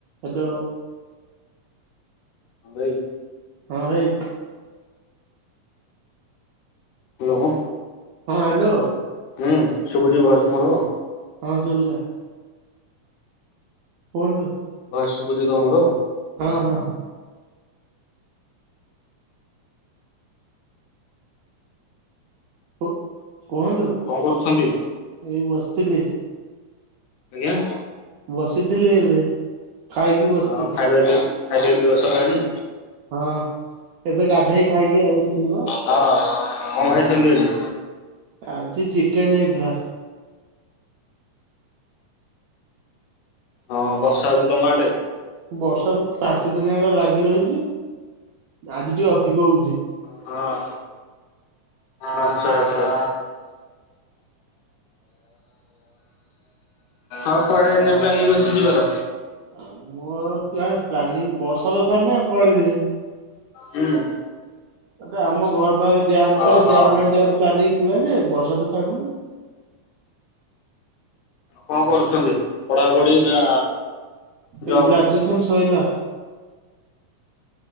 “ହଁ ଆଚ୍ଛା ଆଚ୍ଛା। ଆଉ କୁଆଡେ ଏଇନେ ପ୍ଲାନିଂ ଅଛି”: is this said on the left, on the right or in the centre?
Left